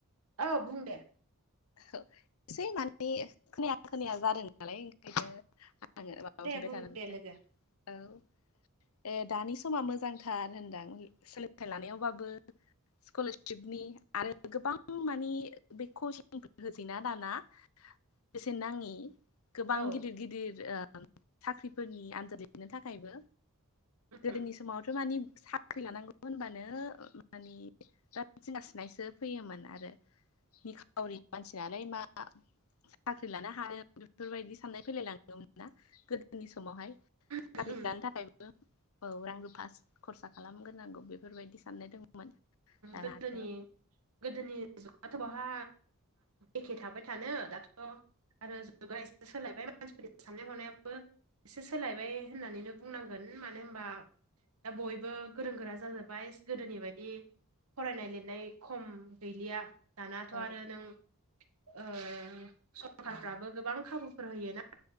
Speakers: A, on the right; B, on the left.
A: औ बुं दे
B: औ एसे माने खोनाया खोनाया जादों नालाय ओंखायनो माबाफिनबाय
A: दे बुं
B: थानांदो
A: दे लोगो
B: औ ए दानि समा मोजांथार होनदां सोलोंथाइ लानायावबाबो स्कलारशिपनि आरो गोबां मानि बे <unintelligible> <inaudible> होजैना दाना बेसेन नाङि गोबां
A: औ
B: गिदिर गिदिर साख्रिफोरनि आनजाद लिरनो थाखायबो गोदोनि
A: उम
B: समावथ' मानि साख्रि लानांगौ होनबानो मानि जिंगा सिनायसो फैयोमोन आरो निखावरि मानसि नालाय मा साख्रि लानो हानो बेफोरबायदि साननाय फैलाय लाङोमोन ना नि समावहाय
A: उम
B: साख्रि लानो थाखाय औ रां रुफा खरसा खालामग्रोनांगौ बेफोरबायदि साननाय दंमोन। दाना
A: गोदोनि
B: आरो
A: गोदोनि जुगाथ' बहा एखे थाबाय थानो दाथ' आरो जुगा एसे सोलायबाय मानसिफोरनि साननाय हनायाबो एसे सोलायबाय होननानैनो बुंनांगोन मानो होमबा दा बयबो गोरों गोरा जाजोब्बाय गोदोनि बायदि फरायनाय लिरनाय खम गैलिया दानाथ'
B: औ
A: आरो नों ओ सरखारफ्राबो गोबां खाबुफोर होयोना